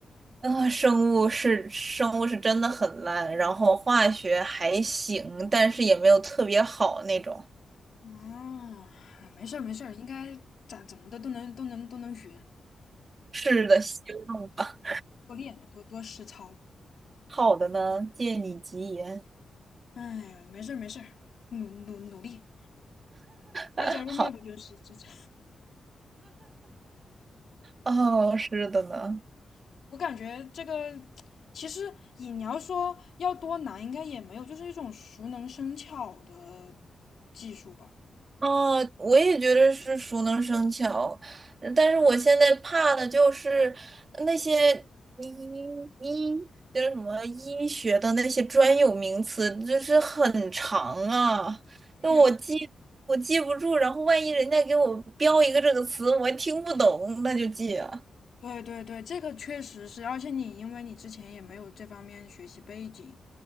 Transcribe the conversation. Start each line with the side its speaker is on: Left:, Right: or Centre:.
Right: 啊，生物是生物是真的很烂，然后化学还行，但是也没有特别好那种。
Left: 哦，啊没事儿没事儿，应该咋怎么的都能都能都能学，
Right: 是的，希望吧。
Left: 多练多多实操。
Right: 好的呢，借你吉言。
Left: 哎呀，没事儿没事儿，努努努力，
Right: <laughs>
Left: 他找这么不就是这这？
Right: 好，哦，是的呢。
Left: <laughs> 我感觉这个其实也你要说要多难，应该也没有，就是一种熟能生巧的技术吧。
Right: 哦，我也觉得是熟能生巧，嗯但是我现在怕的就是那些医医就是什么医学的那些专有名词，就是很长啊，
Left: 确，
Right: 那我记我记不住，然后万一人家给我标一个这个词，我还听不懂，那就记啊。
Left: 对对对，这个确实是，而且你因为你之前也没有这方面学习背景，